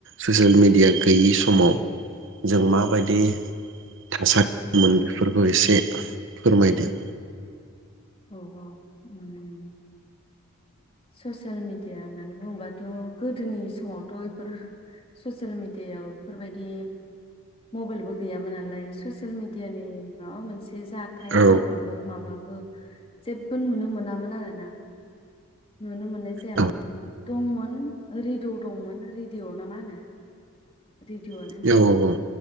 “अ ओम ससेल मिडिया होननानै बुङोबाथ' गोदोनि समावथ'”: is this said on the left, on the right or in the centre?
Left